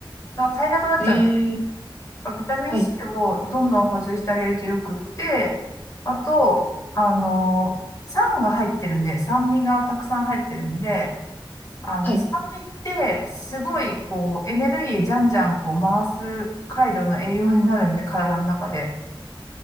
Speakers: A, on the left (about 40°); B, on the left (about 20°).
A: だから足りなくなっちゃうんです
B: ええ、
A: よ。ビタミン
B: はい、
A: C をどんどん補充してあげるとよくって、あと、あの、酸が入ってるんで、酸味がたくさん入ってるんで、あの、
B: はい。
A: 酸味ってすごいこう、エネルギーじゃんじゃんこう回す回路の栄養になるんで、体の中で。